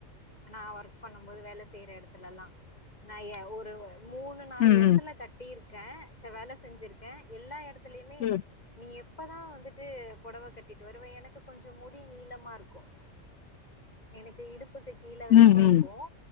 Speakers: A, on the left (about 35°); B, on the left (about 70°).
A: நான் ஒர்க் பண்ணும் போது வேலை செய்யற இடத்துலல்லாம் நான் ஏ ஒரு மூணு நாலு
B: ம்
A: இடத்துல கட்டி இருப் இருக்கேன் வேலை செஞ்சிருக்கேன் எல்லா இடத்த தில்லுயுமே
B: ம்
A: நீ எப் இப்பதான் வந்துட்டு புடவை கட்டிட்டு வருவேன் எனக்கு கொஞ்சம் முடி நீளமா இருக்கும் எனக்கு இடுப் இடுப்புக்கு கீழே வரைக்கும்
B: ம்
A: இருக்கும்
B: ம்